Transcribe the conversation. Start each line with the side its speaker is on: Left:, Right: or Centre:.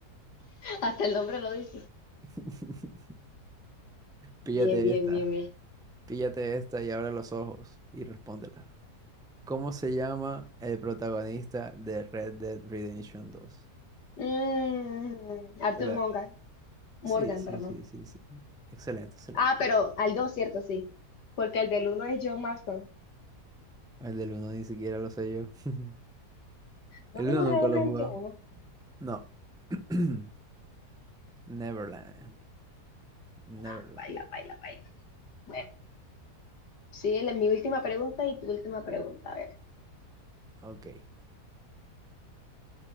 Left: <laughs> Hasta el nombre lo dice.
Centre: <laughs> Píllate
Left: Bien, bien,
Centre: esta.
Left: bien, bien.
Centre: Píllate esta y abre los ojos y respóndela. ¿Cómo se llama el protagonista de Red Dead Redemption dos
Left: Mm, Arthur
Centre: Te la-
Left: Morgan.
Centre: Sí,
Left: Morgan,
Centre: sí,
Left: perdón.
Centre: sí, sí, sí. Excelente, excelente.
Left: Ah, pero al 2, cierto, sí. Porque el del uno es John Marston.
Centre: El del uno ni siquiera lo sé yo. <laughs>
Left: Vamos
Centre: El uno
Left: a
Centre: nunca
Left: borrar el
Centre: lo
Left: rente
Centre: he jugado.
Left: 1.
Centre: No. <clears throat> Neverland. Neverland.
Left: Ah, baila, baila, baila. Bueno, Sí, la- mi última pregunta y tu última pregunta. A ver,
Centre: Ok.